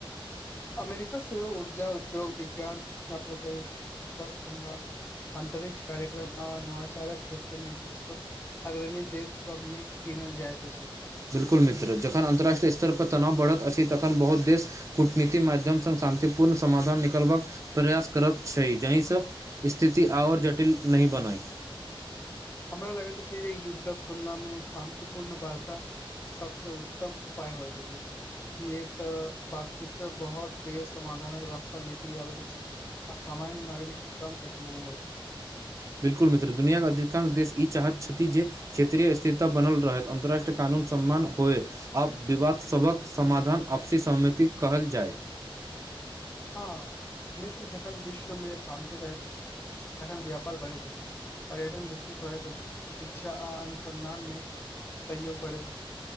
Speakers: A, on the left; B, on the right.
A: अमेरिका सेहो ऊर्जा उद्योग विज्ञान सूचना प्रौद्योगिकी चिकित्सा अनुसंधान अन्तरिक्ष कार्यक्रम आ नवाचारक क्षेत्रमे विश्वक अग्रणी देश सबमे गिनल जाइत अछि।
B: बिल्कुल मित्र जखन अन्तर्राष्ट्रीय स्तर पर तनाव बढ़त अछि तखन बहुत देश कूटनीति माध्यम स शान्ततिपूर्ण समाधान निकालबाक प्रयास करैत छैय जहि से स्थिति और जटिल न इ बनय
A: हमरा लगैत अछि जे युद्धक तुलनामे शान्तिपूर्ण बार्ता सबसे उत्तम उपाय होइत अछि। इहे तऽ बातचीत से बहोत बे समाधानक रास्ता निकलि आबैत अछि। आ सामान्य नागरिक के कम कठिनाइ होइत।
B: बिल्कुल मित्र दुनिया के अधिकांश देश ई चाहत छथि जे क्षेत्रिय स्थिरता बनल रहैत अतर्राष्ट्रीय कानून सम्मान होय अब विवाद सभक समाधान आपसी सहमति कहल जाय। <inaudible>
A: हाँ मित्र जखन विश्वमे शान्ति रहैत अछि। तखन व्यापार बढ़ैत अछि, पर्यटन विकसित होइत अछि, शिक्षा आ अनुसंधान मे सहयोग बढ़ैत अछि।